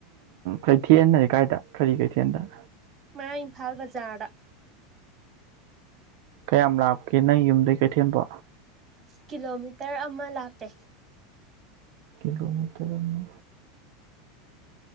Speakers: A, on the right; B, on the right.
A: ꯀꯩꯊꯦꯜꯟ ꯑꯗꯤ ꯀꯥꯏꯗ ꯀꯔꯤ ꯀꯩꯊꯦꯜꯗ
B: ꯃꯌꯥꯡ ꯏꯝꯐꯥꯜ ꯕꯖꯥꯔꯗ
A: ꯀꯌꯥꯝ ꯂꯥꯛꯞꯀꯦ ꯅꯪ ꯌꯨꯝꯗꯩ ꯀꯩꯊꯦꯟꯕꯣ꯫
B: ꯀꯤꯂꯣꯃꯤꯇꯔ ꯑꯃ ꯂꯥꯞꯄꯦ꯫
A: ꯀꯂꯣꯃꯤꯇꯔ ꯑꯃ꯫